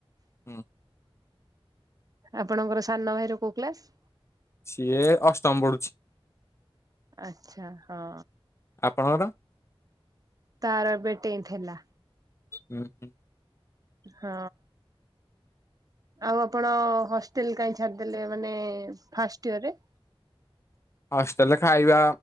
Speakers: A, on the left (about 25°); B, on the right (about 40°).
A: ହୁଁ।
B: ଆପଣଙ୍କର ସାନ ଭାଇ ର କୋଉ କ୍ଲାସ?
A: ସିଏ ଅଷ୍ଟମ ପଢୁଛି।
B: ଆଛା ହଁ।
A: ଆପଣଙ୍କର?
B: ତାର ଏବେ ଟେନ୍ଥ ହେଲା।
A: ହୁଁ ହୁଁ।
B: ହଁ। ଆଉ ଆପଣ ହଷ୍ଟେଲ କାହିଁ ଛାଡିଦେଲେ ମାନେ ଫାର୍ଷ୍ଟ ଇୟରରେ?
A: ହଷ୍ଟେଲରେ ଖାଇବା